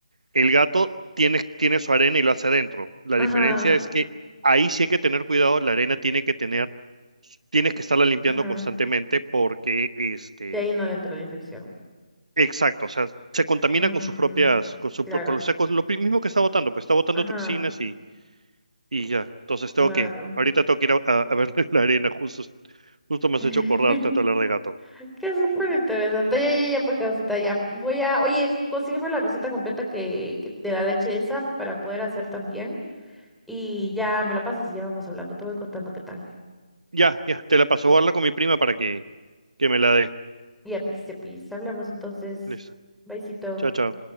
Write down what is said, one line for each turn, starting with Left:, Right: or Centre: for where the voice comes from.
Right: El gato tiene, tiene su arena y lo hace adentro. La
Centre: Ajá,
Right: diferencia es que ahí sí hay que tener cuidado, la arena tiene que tener, tienes que estarla limpiando
Centre: ajá.
Right: constantemente porque, este,
Centre: De ahí no le entra la infección.
Right: exacto, o sea, se contamina
Centre: Mm,
Right: con sus propias, con su,
Centre: claro.
Right: pro- con los secos, lo pri- mismo que está botando, pues está botando
Centre: Ajá,
Right: toxinas y, y ya. Entonces
Centre: claro.
Right: tengo que, ahorita tengo que ir a, a- a verle <laughs> la arena, justo, justo me has
Centre: <laughs>
Right: hecho acordar tanto hablar de gato.
Centre: Qué súper interesante. Ya, ya, ya, pues, Causita, ya. Voy a, oye, consígueme la receta completa que, que- de la leche esa para poder hacer también. Y ya me la pasas y ya vamos hablando. Te voy contando qué tal.
Right: Ya, ya, te la paso, voy a hablar con mi prima para que, que me la dé.
Centre: Y a pis, Hablamos entonces.
Right: Listo.
Centre: Besito.
Right: Chao, chao.